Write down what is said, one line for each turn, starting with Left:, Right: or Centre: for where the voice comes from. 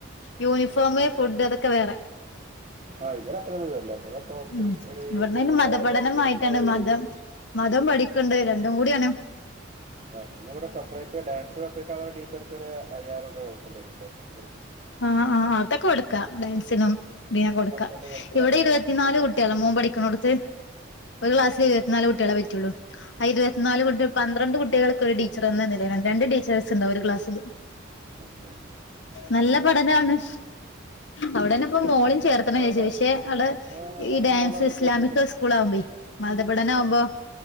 Left: യൂനിഫോമ് ഫുഡ് അതൊക്കെ വേറെ
Right: ആഹ് ഇവടെ അത്രന്നും വര്ല ഇവടെ ടോട്ടൽ
Left: ഉം
Right: ഒര്
Left: ഇവിടന്ന്
Right: ഇര്പതിനായിരം
Left: മതപഠനമായിട്ടാണ്
Right: ഇരുപത്തിരണ്ടായിരം
Left: മതം
Right: ഒക്കെ
Left: മതം പഠിക്ക്ണ്ട് രണ്ടും കൂടിയാണ്
Right: ആഹ് പിന്ന ഇവടെ സപ്രറേറ്റ് ഡാൻസ് പറിപ്പിക്കാ വരണ ടീച്ചർക്ക് ഒര് അയ്യായിരം റുപ്യ കൊടുക്ക്ണ്ട് <unintelligible>
Left: ആ ആ അതൊകൊടുക്കാ ഡാൻസിനും തിനെ കൊടുക്ക
Right: ഹസ്ബൻഡ് ഗൾഫിലാന്നല്ല
Left: ഇവടെ ഇരുവത്തിനാല്
Right: പറഞ്ഞു ഇപ്പൊ കുഴപ്പമില്ല
Left: കുട്ട്യള മോൻ പഠിക്ക്ണോട്ത്ത് ഒരു ക്ലാസ്സ്ൽ
Right: ഓക്കെ
Left: ഇരുവത്ത്നാല് കുട്ടോളേ പറ്റുള്ളൂ ആ ഇരുവത്ത്നാല് കുട്ടി പന്ത്രണ്ട് കുട്ടികൾക്ക് ഒരു ടീച്ചർ എന്ന നിലയിലാണ് രണ്ട് ടീച്ചേഴ്സ് ഇണ്ടാവും ഒരു ക്ലാസ്സില്
Right: ഓക്കെ
Left: നല്ല പഠനാണ് അവിടന്നെ ഇപ്പ മോളിം ചേർത്തണം
Right: അവിടെ
Left: വിചാരി ക്ഷെ അവടെ
Right: ആ, അങ്ങനെ
Left: ഈ ഡാൻസ്
Right: മോൾ അവിടെ
Left: ഇസ്ലാമിക്
Right: കയറി കൂടെ
Left: സ്കൂൾ ആവുമ്പേ മതപഠന ആവുമ്പോ
Right: ആ